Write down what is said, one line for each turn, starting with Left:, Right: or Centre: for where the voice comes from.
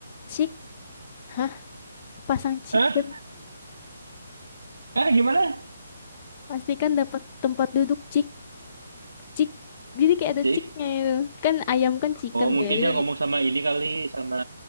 Left: cik, hah? Pasang chicken,
Right: Hah? Hah gimana?
Left: pastikan dapat tempat duduk cik cik. Jadi kayak ada
Right: Cik.
Left: ciknya itu. Kan ayam kan chicken
Right: Oh mungkin
Left: ya. Jadi
Right: dia ngomong
Left: kayak-
Right: sama ini kali sama